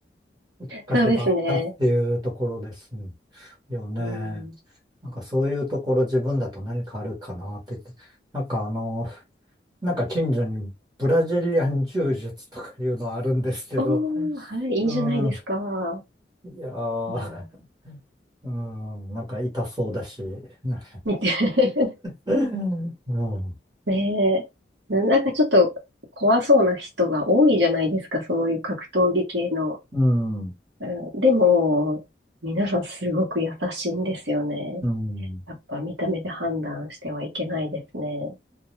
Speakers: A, on the right; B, on the right.
A: <laughs> きっかけだったっていうところです
B: そうですね。
A: よね。
B: うん。
A: なんか、そういうところ自分だと何かあるかなって言って。なんか、あの、なんか近所にブラジリアン柔術とかいうのはあるんですけど、
B: おー、はい、いいじゃないですか。
A: うん、いやー、
B: うん。
A: うん、なんか痛そうだし、な
B: 見て。
A: うん、うん、
B: <laughs> ねえ。ななんかちょっと怖そうな人が多いじゃないですか、そういう格闘技系の。
A: うん。
B: うんでも、皆さんすごく優しいんですよね。
A: うん
B: やっぱ見た目で判断してはいけないですね。